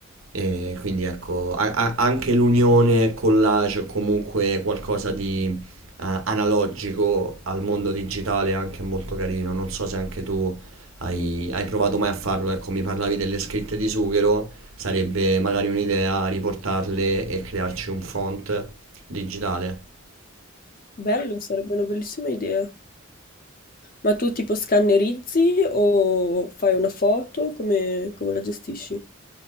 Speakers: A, on the right (about 80°); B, on the left (about 45°).
A: E quindi ecco, a- a- anche l'unione collage o comunque qualcosa di eh, analogico al mondo digitale è anche molto carino. Non so se anche tu hai, hai provato mai a farlo. Ecco, mi parlavi delle scritte di Sughero, sarebbe magari un'idea riportarle e crearci un font digitale.
B: Bello, sarebbe una bellissima idea. Ma tu tipo scannerizzi o fai una foto? Come, come la gestisci?